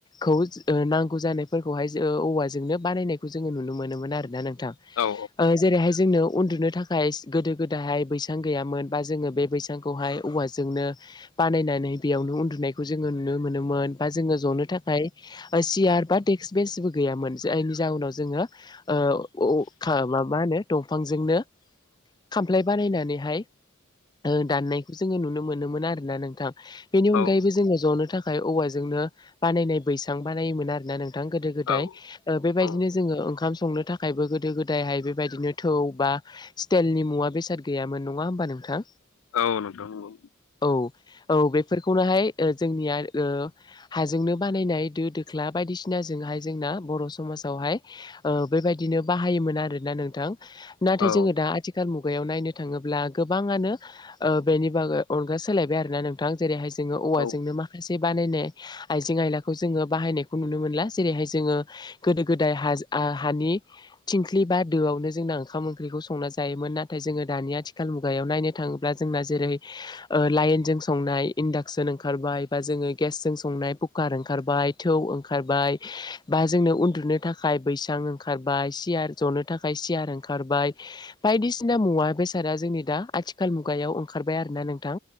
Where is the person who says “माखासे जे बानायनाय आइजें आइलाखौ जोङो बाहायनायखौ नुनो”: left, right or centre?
Left